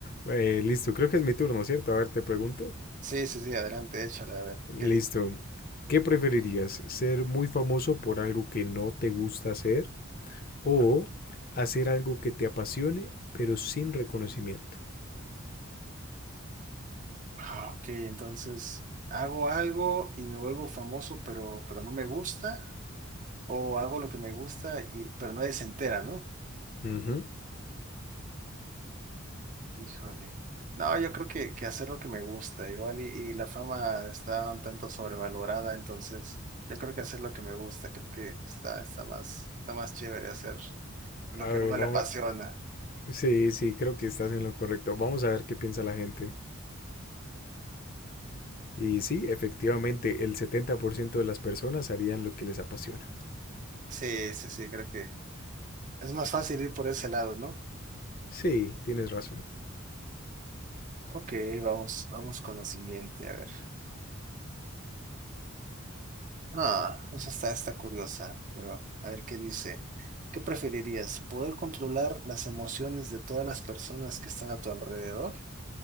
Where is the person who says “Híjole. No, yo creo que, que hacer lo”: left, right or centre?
Right